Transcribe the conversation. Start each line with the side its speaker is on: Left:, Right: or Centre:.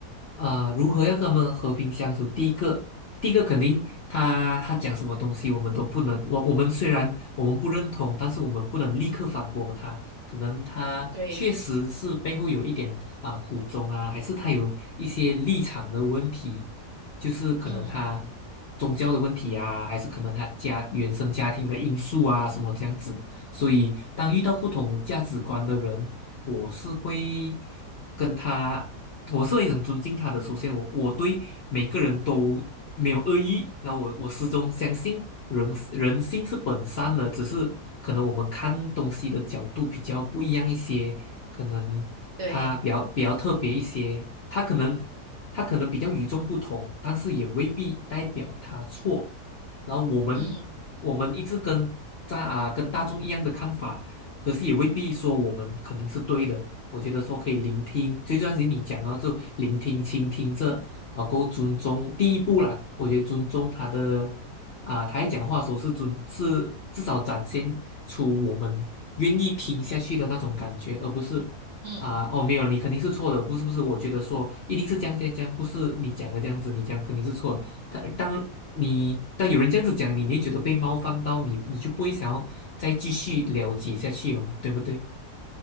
Left: 啊，如何要跟他们和平相处？第一个，第一个肯定他他讲什么东西，我们都不能，我我们虽然我们不认同，但是我们不能立刻反驳他。可能他确实是背后有一点啊、
Right: 对，
Left: 苦衷啊，还是他有一些立场的问题，就是可能他宗教的问题啊，
Right: 嗯
Left: 还是可能他家原生家庭的因素啊，什么这样子。所以当遇到不同价值观的人，
Right: 嗯，
Left: 我是会跟他，我是会很尊敬他的。首先我，我对每个人都没有恶意，那我我始终相信人人性是本善的，只是可能我们看东西的角度比较不一样一些，可能他比较比较特别一些，
Right: 对，
Left: 他可能他可能比较与众不同，但是也未必代表他错。然后我们我们一直跟在啊跟大众一样的看法，
Right: 嗯
Left: 可是也未必说我们肯定是对的。我觉得说可以聆听，最重要是你讲到就聆听、倾听这，然后够尊重第一步啦。我觉得尊重他的啊，他在讲话的时候是尊是至少展现出我们愿意听下去的那种感觉，而不是啊哦没有你肯定是错的，
Right: 嗯。
Left: 不是不是，我觉得说一定是这样这样这样，不是你讲的这样子，你讲肯定是错的。当当你当有人这样子讲你，你会觉得被冒犯到你，你就不会想要再继续了解下去了嘛，对不对？